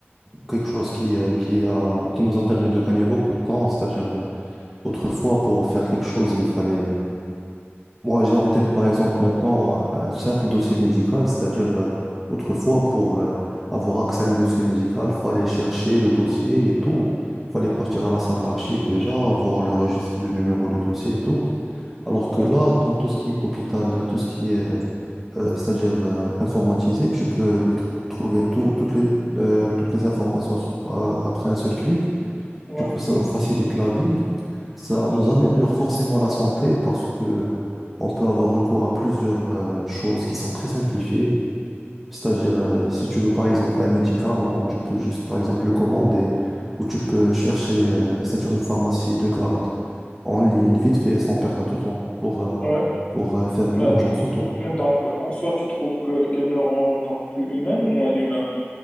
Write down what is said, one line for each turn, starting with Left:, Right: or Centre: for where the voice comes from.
Centre: quelque chose qui, euh, qui a, qui nous a permis de gagner beaucoup de temps. C'est-à-dire, euh, autrefois, pour faire quelque chose, il fallait... euh, Moi, j'ai en tête, par exemple, maintenant, un, un simple dossier médical. C'est-à-dire, euh, autrefois, pour euh, avoir accès à un dossier médical, il fallait chercher le dossier et tout. Il fallait partir à la salle d'archives déjà, voir le registre du numéro de dossier et tout. Alors
Left: ouais,
Centre: que là, dans tout ce qui est hôpital, tout ce qui est euh, c'est-à-dire euh, informatisé. Tu peux le trou- trouver tout, toutes les, euh, toutes les informations s- euh, après un seul clic.
Left: ouais,
Centre: Du coup, ça nous facilite la vie. Ça nous améliore forcément la santé parce que euh, on peut avoir recours à plusieurs euh, choses qui sont très simplifiées. C'est-à-dire, euh, si tu veux par exemple un médicament, tu peux juste par exemple le commander ou tu peux chercher, euh, c'est-à-dire une pharmacie de garde en ligne, vite fait, sans perdre de temps pour, euh,
Left: ouais.
Centre: pour euh, faire une
Left: Mais,
Centre: urgence auto.
Left: mais donc, en soi, tu trouves que, qu'elle ne rend genre, plus humaine ou moins humain?